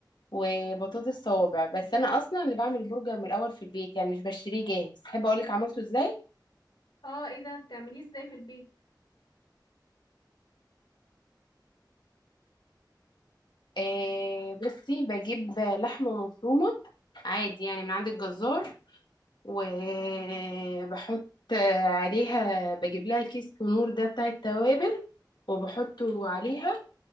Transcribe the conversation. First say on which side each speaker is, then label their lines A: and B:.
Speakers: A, on the left (about 70°); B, on the left (about 85°).
A: وبطاطس صوابع بس انا اصلا اللي بعمل البرجر من الاول في البيت يعني مش بشتريه جاهز احب اقولك عملته ازاي
B: اه ايه ده بتعمليه ازاي في البيت
A: آه، بصي بجيب لحمه مفرومه عادي يعني من عند الجزار وبحط عليها بجيب لها كيس كنور ده بتاع التوابل وبحطه عليها